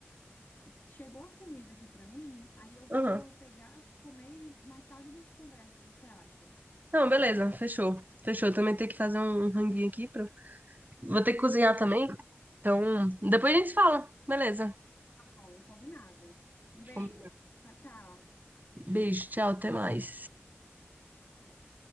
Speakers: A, on the left (about 50°); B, on the right (about 40°).
A: Chegou a comida aqui pra mim, aí eu vou
B: aham.
A: pegar, vou comer e mais tarde a gente conversa. O que que você acha?
B: Não, beleza, fechou. Fechou. Também tem que fazer um um ranguinho aqui. Pra... Vou ter que cozinhar também. Então, depois a gente se fala. Beleza.
A: Tá Bom, combinado. Um beijo.
B: Com-
A: Tchau, tchau.
B: Beijo, tchau, até mais.
A: Até.